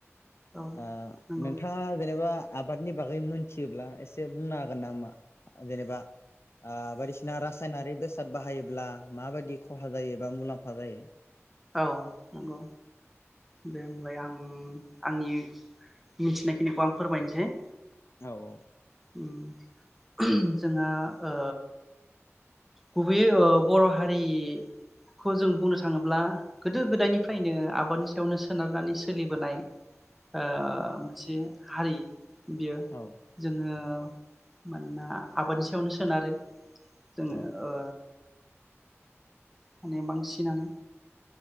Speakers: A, in the centre; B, on the left.
A: औ
B: आ
A: नंगौ
B: नोंथाङा जेनेबा आबादनि बागै मोनथियोब्ला एसे बुंनो हागोन नामा जेनेबा? आ बायदिसिना रासायनारि बेस साद बाहायोब्ला माबायदि खहा जायोबा मुलाम्फा जायो?
A: औ नंगौ। दे होमालाय आं आंनि मिथिनायखिनिखौ आं फोरमायनोसै
B: औ औ।
A: उम जोंहा ओ गुबैयै ओ बर' हारिखौ जों बुंनो थाङोब्ला गोदो गोदायनिफ्रायनो आबादनि सायावनो सोनारनानै सोलिबोनाय ओ मोनसे हारि। बियो
B: औ
A: जोङो मानोना आबादनि सायावनो सोनारो जोङो
B: औ
A: ओ माने बांसिनानो